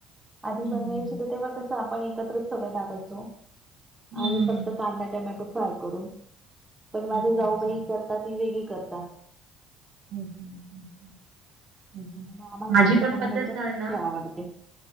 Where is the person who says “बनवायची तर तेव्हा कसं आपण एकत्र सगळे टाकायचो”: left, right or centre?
Right